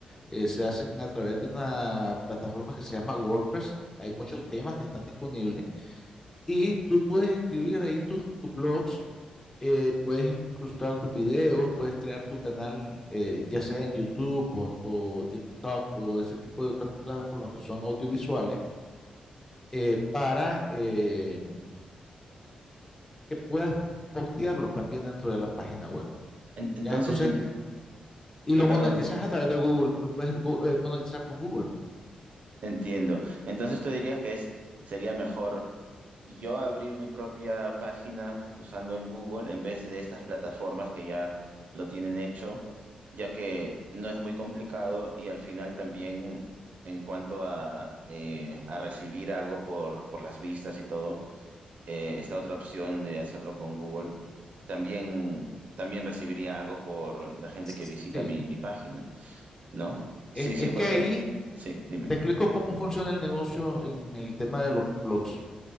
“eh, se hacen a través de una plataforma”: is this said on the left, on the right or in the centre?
Left